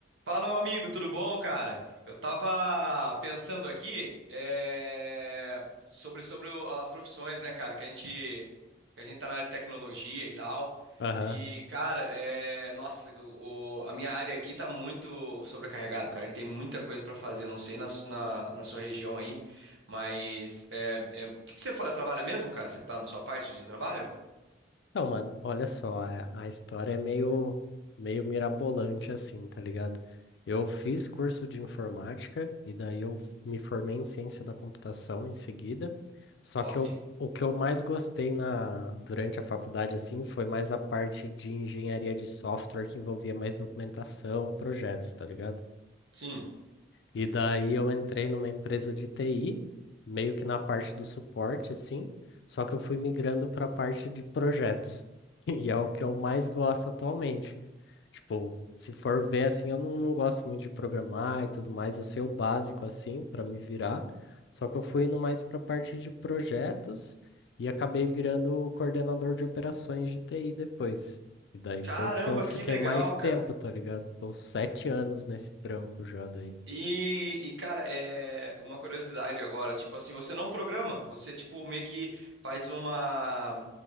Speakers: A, on the right; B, on the left.
A: Fala, meu amigo, tudo bom, cara? Eu tava pensando aqui é, sobre, sobre o- as profissões, né, cara? Que a gente, que a gente tá na área de tecnologia e tal.
B: Aham.
A: E, cara, é, nossa, o, o- a minha área aqui tá muito sobrecarregado, cara. A gente tem muita coisa pra fazer. Eu não sei na, su- na, na sua região aí, mas é, é, o que que você fa- trabalha mesmo, cara? Você tá na sua parte de trabalho?
B: Então, mano, olha só, a, a história é meio, meio mirabolante assim, tá ligado? Eu fiz curso de informática e daí eu me formei em ciência da computação em seguida. Só
A: Top.
B: que eu, o que eu mais gostei na, durante a faculdade assim foi mais a parte de engenharia de software que envolvia mais documentação, projetos, tá ligado?
A: Sim.
B: E daí eu entrei numa empresa de TI, meio que na parte do suporte, assim, só que eu fui migrando para a parte de projetos. <laughs> E é o que eu mais gosto atualmente. Tipo, se for ver assim, eu não, não gosto muito de programar e tudo mais, eu sei o básico assim para me virar. Só que eu fui indo mais para a parte de projetos e acabei virando o coordenador de operações de TI depois. E daí
A: Caramba,
B: foi o que eu fiquei
A: que legal,
B: mais tempo,
A: cara.
B: tá ligado? Tô sete anos nesse trampo já daí.
A: E, e, cara, é uma curiosidade agora, tipo assim, você não programa, você tipo meio que faz uma,